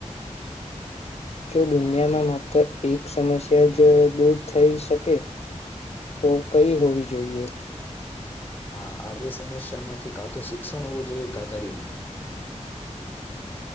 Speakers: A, on the left; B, on the left.
A: જો દુનિયામાં માત્ર એક સમસ્યા જ દૂર થઈ શકે તો કઈ હોવી જોઈએ?
B: હા આ બે સમસ્યા માંથી કા તો શિક્ષણ હોવું જોઈએ કા ગરીબી.